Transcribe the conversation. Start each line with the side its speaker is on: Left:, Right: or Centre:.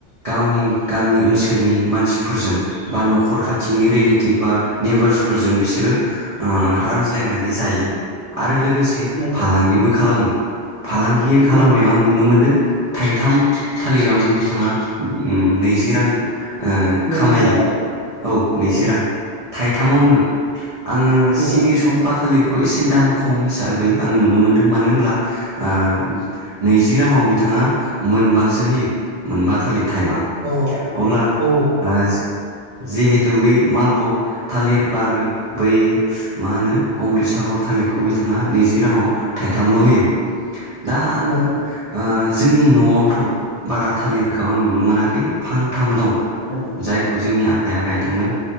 Right: गावनि
Left: नंगौ
Right: गामि ओनसोलनि मानसिफोरजों बा न'खर खाथिनि रिलेटिभ बा नेबार्सफोरजों बिसोरो ओ रानज्लायनानै जायो आरो लोगो लोगोसे
Left: नंगौ
Right: फालांगिबो
Left: नंगौ
Right: खालामो फालांगि खालामनायाव
Left: नंगौ
Right: आं
Left: औ
Right: नुनो मोनदों थाइथाम थालिरावनो बिथाङा नैजि रां ओ
Left: नैजि
Right: खामायो
Left: रां औ
Right: औ नैजि
Left: नंगौ
Right: रां
Left: औ
Right: थाइथामावनो आङो सिनि
Left: औ नंगौ
Right: सम्फा थालिरखौ एसे एसे दाम खम हिसाबै आङो नुनो मोनदों मानो होनब्ला ओ नैजि राङाव बिथाङा मोनबासो होयो मोनबा थालिर थाइबा
Left: औ
Right: अब्ला
Left: औ
Right: ओ जि जिहेतु बै मालबग थालिर बा आरो बै मा होनो अमृतसागर थालिर खौ बिथाङा नैजि राङाव थाइथामल' होयो।
Left: <inaudible>
Right: दा आङो
Left: नंगौ नंगौ
Right: ओ जोंनि न'आवथ' बारा थालिरखौ आं नुनो मोनाखै फांथाम दं
Left: नंगौ
Right: जायखौ जोंनि आफाया गायदोंमोन।